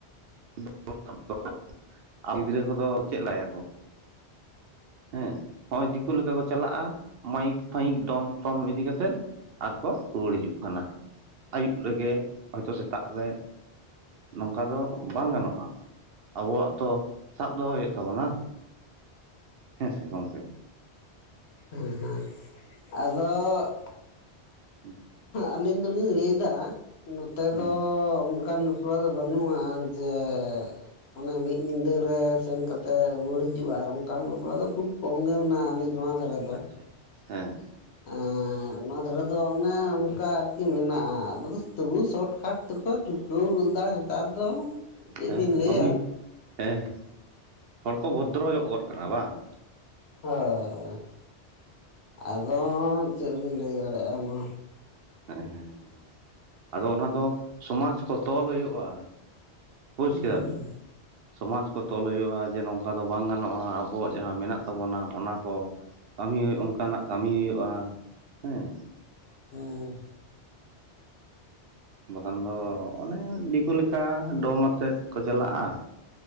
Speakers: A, on the right; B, on the left.
A: <unintelligible> ᱟᱨ ᱜᱤᱨᱟᱹ ᱠᱚᱫᱚ ᱪᱮᱫ ᱞᱮᱠᱟ ᱠᱚ ᱦᱮᱸ ᱦᱚᱜᱼᱚᱭ ᱫᱤᱠᱩ ᱞᱮᱠᱟ ᱠᱚ ᱪᱟᱞᱟᱜᱼᱟ᱾ ᱢᱟᱭᱤᱠ ᱯᱷᱟᱭᱤᱠ ᱰᱚᱢ ᱴᱚᱢ ᱤᱫᱤ ᱠᱟᱛᱮᱜ ᱟᱨᱠᱚ ᱨᱩᱣᱟᱹᱲ ᱦᱤᱡᱩᱜ ᱠᱟᱱᱟ᱾ ᱟᱹᱭᱩᱵ ᱨᱮᱜᱮ ᱦᱚᱭᱛᱚ ᱥᱮᱛᱟᱜ ᱨᱮ ᱱᱚᱝᱠᱟ ᱫᱚ ᱵᱟᱝ ᱜᱟᱱᱚᱜᱼᱟ ᱟᱵᱚᱣᱟᱜ ᱛᱚ ᱥᱟᱵ ᱫᱚᱦᱚ ᱦᱩᱭᱩᱜ ᱛᱟᱵᱚᱱᱟ, ᱦᱮᱸ ᱥᱮ ᱜᱚᱢᱠᱮ?
B: ᱦᱮᱸ ᱦᱮᱸ ᱟᱫᱚ
A: ᱦᱩᱸ
B: ᱟᱹᱞᱤᱧ ᱫᱚᱞᱤᱧ ᱞᱟᱹᱭ ᱮᱫᱟ ᱱᱚᱛᱮ
A: ᱦᱩᱸ
B: ᱫᱚᱻ ᱚᱱᱠᱟᱱ ᱵᱟᱯᱞᱟ ᱫᱚ ᱵᱟᱹᱱᱩᱜᱼᱟ ᱡᱮ ᱚᱱᱮ ᱢᱤᱫ ᱧᱤᱫᱟᱹ ᱨᱮ ᱥᱮᱱ ᱠᱟᱛᱮᱜ ᱨᱩᱣᱟᱹᱲ ᱦᱤᱡᱩᱜ-ᱟᱭ ᱚᱝᱠᱟᱱ ᱵᱟᱯᱞᱟ ᱫᱚ ᱠᱷᱩᱵ ᱠᱚᱢ ᱜᱮ ᱢᱮᱱᱟᱜᱼᱟ ᱟᱹᱞᱤᱧ ᱱᱚᱣᱟ ᱫᱷᱟᱨᱮ
A: ᱟᱪᱪᱷᱟ ᱦᱮᱸ᱾
B: ᱮᱸᱻ ᱱᱚᱣᱟ ᱫᱷᱟᱨᱮ ᱫᱚ ᱚᱱᱮ ᱚᱱᱠᱟ ᱟᱨᱠᱤ ᱢᱮᱱᱟᱜᱼᱟ, ᱛᱚᱵᱩ ᱥᱚᱴ ᱠᱷᱟᱴ ᱛᱮᱠᱚ ᱪᱩᱠᱟᱹᱣ ᱜᱚᱫᱟᱭ ᱱᱮᱛᱟᱨ ᱫᱚ ᱪᱮᱫ
A: ᱦᱮᱸ
B: ᱵᱤᱱ ᱞᱟᱹᱭᱟ
A: ᱠᱟᱹᱢᱤ ᱦᱮᱸ ᱦᱚᱲ ᱠᱚ ᱵᱷᱚᱫᱽᱨᱚ ᱚᱨ ᱠᱟᱱᱟ ᱵᱟᱝ?
B: ᱦᱳᱭ ᱦᱳᱭ ᱟᱫᱚᱸ ᱪᱮᱜ ᱞᱮᱧ ᱞᱟᱹᱭ ᱫᱟᱲᱮᱜᱼᱟ ᱢᱟ᱾
A: ᱦᱮᱸ ᱦᱮᱸ ᱟᱫᱚ ᱚᱱᱟ ᱫᱚ ᱥᱚᱢᱟᱡ ᱠᱚ ᱛᱚᱞ ᱦᱩᱭᱩᱜᱼᱟ᱾ ᱵᱩᱡ
B: ᱦᱩᱸ
A: ᱠᱮᱫᱟᱵᱤᱱ? ᱥᱚᱢᱟᱡᱽ ᱠᱚ ᱛᱚᱞ ᱦᱩᱭᱩᱜᱼᱟ ᱡᱮ ᱱᱚᱝᱠᱟ ᱫᱚ ᱵᱟᱝ ᱜᱟᱱᱚᱜᱼᱟ᱾ ᱟᱵᱚᱣᱟᱜ ᱡᱟᱦᱟᱸ ᱢᱮᱱᱟᱜ ᱛᱟᱵᱚᱱᱟ ᱚᱱᱟ ᱠᱚ ᱠᱟᱹᱢᱤ ᱦᱩᱭᱩᱜ ᱚᱱᱠᱟᱱᱟᱜ ᱠᱟᱹᱢᱤᱭ ᱦᱩᱭᱩᱜᱼᱟ ᱦᱮᱸ᱾
B: ᱦᱮᱸ
A: ᱵᱟᱠᱷᱟᱱ ᱫᱚ ᱚᱱᱮ ᱫᱤᱠᱩ ᱞᱮᱠᱟ ᱰᱚᱢ ᱟᱛᱮᱫ ᱠᱚ ᱪᱟᱞᱟᱜᱼᱟ,